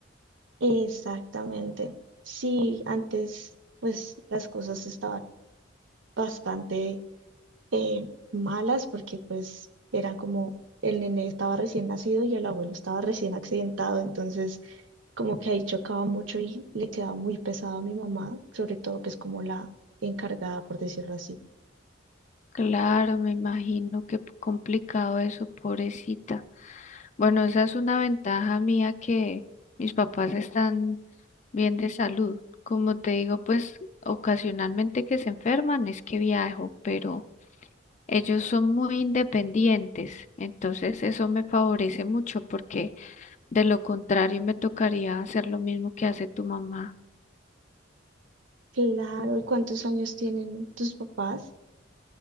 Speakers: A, on the right (about 75°); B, on the left (about 40°).
A: Exactamente. Sí, antes pues las cosas estaban bastante eh, malas porque pues eran como el nene estaba recién nacido y el abuelo estaba recién accidentado, entonces como que ahí chocaba mucho y le quedaba muy pesado a mi mamá, sobre todo que es como la encargada, por decirlo así.
B: Claro, me imagino qué p- complicado eso, pobrecita. Bueno, esa es una ventaja mía que mis papás están bien de salud. Como te digo, pues ocasionalmente que se enferman es que viajo, pero ellos son muy independientes, entonces eso me favorece mucho porque de lo contrario me tocaría hacer lo mismo que hace tu mamá.
A: Claro, ¿y ¿cuántos años tienen tus papás?